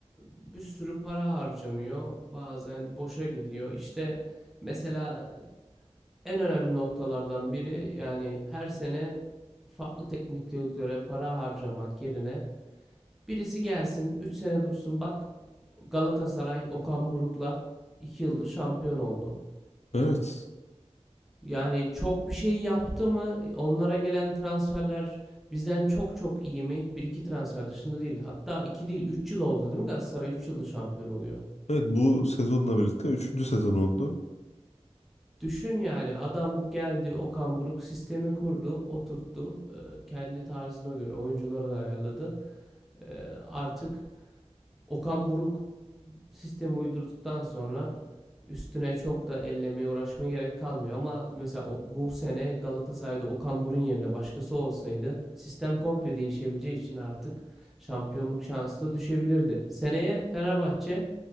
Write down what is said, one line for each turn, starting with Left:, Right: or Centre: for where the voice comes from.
Centre: bir sürü para harcanıyor. Bazen boşa gidiyor. İşte mesela en önemli noktalardan biri yani her sene farklı teknik direktöre para harcamak yerine Birisi gelsin 3 sene dursun bak Galatasaray Okan Buruk'la 2 yıldır şampiyon oldu.
Left: Evet.
Centre: Yani çok bir şey yaptı mı? Onlara gelen transferler bizden çok çok iyi mi? Bir iki transfer dışında değil. Hatta 2 değil 3 yıl oldu değil mi? Galatasaray Üç yıldır şampiyon oluyor.
Left: Evet bu sezonla birlikte üçüncü sezon oldu.
Centre: Düşün yani adam geldi Okan Buruk sistemi kurdu, oturttu. e, Kendi tarzına göre oyuncuları da ayarladı. E, Artık Okan Buruk sistemi uydurduktan sonra üstüne çok da ellemeye uğraşmaya gerek kalmıyor. Ama mesela bu sene Galatasaray'da Okan Burun yerine başkası olsaydı sistem komple değişebileceği için artık şampiyonluk şansı da düşebilirdi. Seneye Fenerbahçe